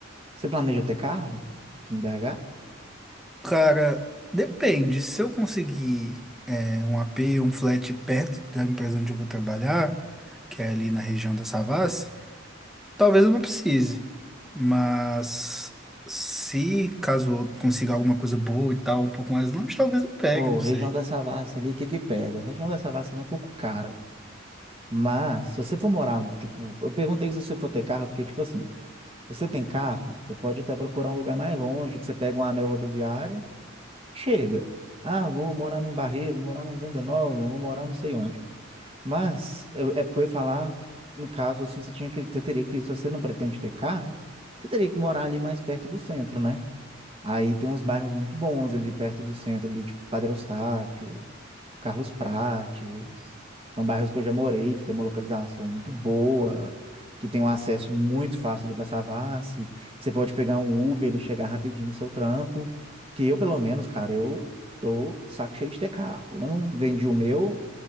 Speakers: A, on the right; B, in the centre.
A: Você planeja ter carro aqui em BH?
B: Cara, depende, se eu conseguir é, um AP, um flat perto da empresa onde eu vou trabalhar, que é ali na região da Savassi, Talvez eu não precise, mas se caso eu consiga alguma coisa boa e tal, um pouco mais longe, talvez eu pegue,
A: Pô,
B: não
A: região
B: sei.
A: da Savassi ali, o que que pega? A região da Savassi ali é um pouco cara. Mas, se você for morar, tipo, eu perguntei se você for ter carro, porque, tipo assim, Você tem carro? Você pode até procurar um lugar mais longe, que você pega um anel rodoviário, chega. Ah, vou morar num Barreiro, vou morar num Venda Nova, vou morar não sei onde. Mas eu- é porque eu ia falar, no caso, assim, você tinha que, você teria que, se você não pretende ter carro, você teria que morar ali mais perto do centro, né? Aí tem uns bairros muito bons ali perto do centro, ali, tipo Padre Eustáquio, Carlos Prates. São bairros que eu já morei, que tem uma localização muito boa, que tem um acesso muito fácil ali para Savassi, que você pode pegar um Uber e chegar rapidinho no seu trampo. Que eu, pelo menos, cara, eu tô saco cheio de ter carro. Eu não vendi o meu,